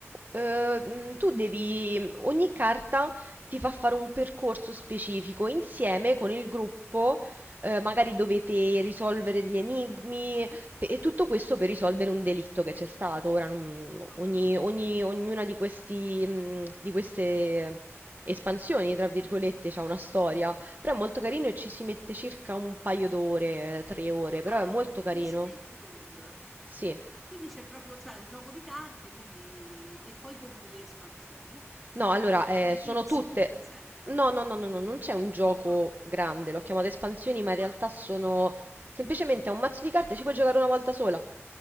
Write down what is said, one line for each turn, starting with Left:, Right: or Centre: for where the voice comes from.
Right: eh, mm, tu devi, ogni carta ti fa fare un percorso specifico insieme con il gruppo, eh, magari dovete risolvere degli enigmi pe- e tutto questo per risolvere un delitto che c'è stato. Ora, non-
Centre: ah,
Right: ogni-
Centre: ah,
Right: ogni- ognuna di questi, mm, di queste espansioni, tra virgolette, c'ha una storia. Però è molto carino e ci si mette circa un paio d'ore, eh, tre ore,
Centre: Ah,
Right: però è molto carino.
Centre: Escape Room.
Right: Sì.
Centre: Quindi c'è proprio, cioè, è un gioco di carte, quindi... e poi compri le espansioni,
Right: No, allora, eh,
Centre: come
Right: sono
Centre: Dixit,
Right: tutte...
Centre: per esempio.
Right: No, no, no, no, no, non c'è un gioco
Centre: Ah,
Right: grande, l'ho chiamato espansioni, ma in realtà
Centre: ah,
Right: sono... Semplicemente è un mazzo di carte, ci puoi giocare una volta sola,